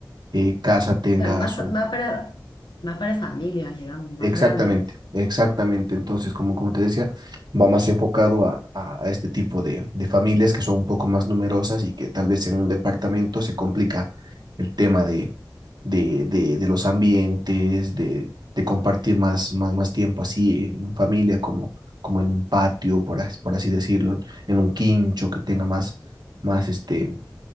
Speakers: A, on the right; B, on the left.
A: eh, casa tenga
B: claro, más,
A: su
B: más para, más para familias, digamos, más
A: Exactamente,
B: grandes.
A: exactamente. Entonces, como, como te decía, va más enfocado a, a- a este tipo de, de familias que son un poco más numerosas y que tal vez en un departamento se complica el tema de, de, de, de los ambientes, de, de compartir más, más, más tiempo así en familia, como, como en un patio, por, as- por así decirlo, en un quincho que tenga más, más este